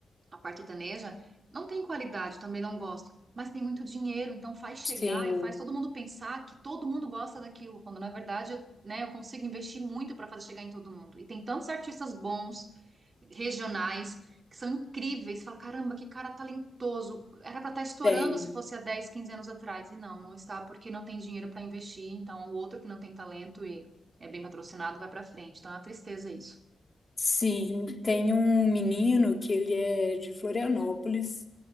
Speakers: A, on the right; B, on the left.
A: a parte sertaneja, não tem qualidade, também não gosto, mas tem muito dinheiro, então faz chegar
B: sim,
A: e faz todo mundo pensar que todo mundo gosta daquilo, quando na verdade, eu, né, eu consigo investir muito para fazer chegar em todo mundo. E tem tantos artistas bons, regionais, que são incríveis, fala, caramba, que cara talentoso, era para estar estourando
B: tem.
A: se fosse há 10 15 anos atrás. E não, não está porque não tem dinheiro para investir, então o outro que não tem talento e é bem patrocinado vai para frente. Então é uma tristeza isso.
B: Sim, tem um menino que ele é de Florianópolis